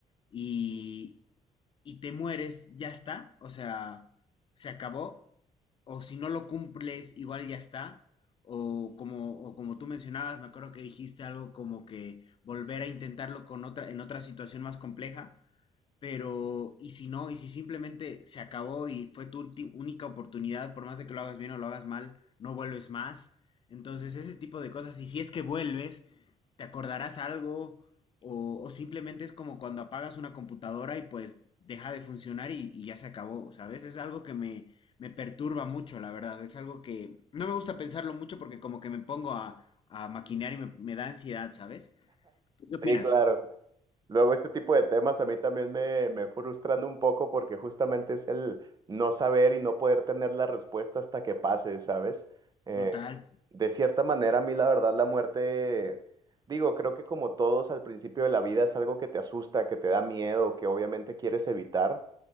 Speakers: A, on the left; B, on the right.
A: y, y te mueres, ya está, o sea, se acabó o si no lo cumples, igual ya está. O como, o como tú mencionabas, me acuerdo que dijiste algo como que volver a intentarlo con otra, en otra situación más compleja. Pero, y si no, y si simplemente se acabó y fue tu ulti- única oportunidad, por más de que lo hagas bien o lo hagas mal, no vuelves más. Entonces, ese tipo de cosas, y si es que vuelves, te acordarás algo o, o simplemente es como cuando apagas una computadora y pues deja de funcionar y, y ya se acabó, ¿sabes? Es algo que me, me perturba mucho, la verdad. Es algo que no me gusta pensarlo mucho porque como que me pongo a, a maquinear y me, me da ansiedad, ¿sabes? ¿Tú qué opinas?
B: Sí, claro. Luego este tipo de temas a mí también me, me frustran un poco porque justamente es el no saber y no poder tener la respuesta hasta que pase, ¿sabes? Eh,
A: Total,
B: de cierta manera, a mí la verdad la muerte, digo, creo que como todos al principio de la vida es algo que te asusta, que te da miedo, que obviamente quieres evitar.